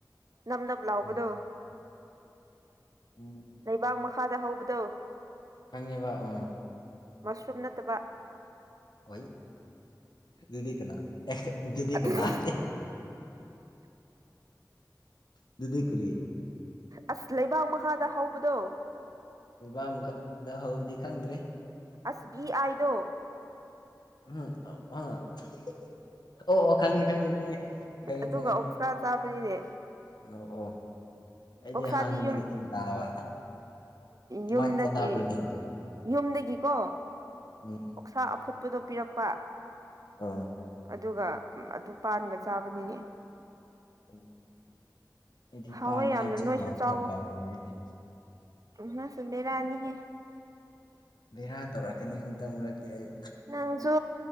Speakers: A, on the right (about 55°); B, on the left (about 70°).
A: ꯅꯞ ꯅꯞ ꯂꯥꯎꯕꯗꯣ
B: ꯑꯣ ꯎꯝ
A: ꯂꯩꯕꯥꯛ ꯃꯈꯥꯗ ꯍꯧꯕꯗꯣ
B: ꯈꯪꯉꯦꯕ ꯑꯣ
A: ꯃꯁꯔꯨꯝ ꯅꯠꯇꯕ
B: ꯑꯣꯏ ꯗꯨꯗꯤ ꯀꯅꯥ ꯗꯨꯗꯤ
A: ꯑꯗꯨꯗꯤ
B: ꯀꯅꯥꯗꯦ ꯑꯗꯨꯗꯤ ꯀꯔꯤ
A: ꯑꯁ ꯂꯩꯕꯥꯛ ꯃꯈꯥꯗ ꯍꯧꯕꯗꯣ
B: ꯂꯩꯕꯥꯛ ꯃꯈꯥꯗ ꯍꯧꯕꯗꯤ ꯈꯪꯗ꯭ꯔꯦ
A: ꯑꯁ ꯕꯤ ꯑꯥꯏꯗꯣ
B: <unintelligible> <unintelligible> ꯑꯣ ꯑꯣ ꯈꯪꯉꯦ ꯈꯪꯉꯦ ꯈꯪꯉꯦ ꯈꯪꯉꯦ
A: ꯑꯗꯨꯒ
B: ꯈꯪꯉꯦ
A: ꯑꯣꯛꯁꯥ ꯆꯥꯕꯅꯤꯅꯦ
B: ꯅꯣꯛꯑꯣ ꯑꯩꯗꯤ
A: ꯑꯣꯛꯁꯥꯗꯤ
B: ꯑꯍꯥꯟꯕꯅꯤ
A: ꯌꯨꯝ
B: ꯇꯤꯟ ꯇꯥꯕ ꯑꯗꯨꯃꯥꯏ
A: ꯌꯨꯝꯗꯒꯤ
B: ꯆꯠꯅꯕ꯭ꯔꯅꯦ ꯑꯗꯨ
A: ꯌꯨꯝꯗꯒꯤꯀꯣ
B: ꯎꯝ
A: ꯑꯣꯛꯁꯥ ꯑꯐꯨꯠꯄꯗꯣ ꯄꯤꯔꯛꯄ
B: ꯑꯣ
A: ꯑꯗꯨꯒ ꯑꯗꯨ ꯄꯥꯟꯒ ꯆꯥꯕꯅꯤꯅꯦ
B: ꯎꯝ ꯑꯩꯗꯤ
A: ꯍꯥꯎꯋꯦ
B: ꯄꯥꯟ
A: ꯌꯥꯝꯅ
B: ꯍꯥꯏꯕꯁꯦ
A: ꯅꯣꯏꯁꯨ
B: ꯀꯥꯎ
A: ꯆꯥꯎꯋꯣ
B: ꯐꯥꯎ ꯀꯥꯎꯔꯨꯔꯦꯅꯦ
A: ꯅꯪꯁꯨ ꯕꯦꯔꯥꯅꯤꯍꯦ
B: ꯕꯦꯔꯥ ꯇꯧꯔꯛꯀꯅꯤ ꯍꯟꯇꯛ ꯃꯔꯛꯇꯤ ꯑꯩ
A: ꯅꯪꯁꯨ